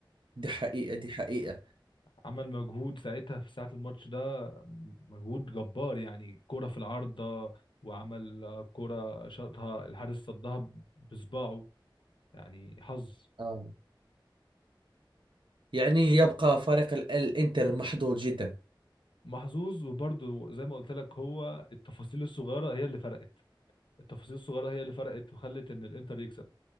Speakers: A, on the right; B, on the left.
A: دي حقيقة دي حقيقة
B: عمل مجهود ساعتها في ساعه الماتش ده مجهود جبار يعني كره في العارضه وعمل آه، كره شاطها الحارس صدها بصباعه يعني حظ
A: آه. يعني يبقى فريق ال- الانتر محظوظ جدا
B: محظوظ وبرضه زي ما قلت لك هو التفاصيل الصغيره هي اللي فرقت التفاصيل الصغيره هي اللي فرقت وخلت ان الانتر يكسب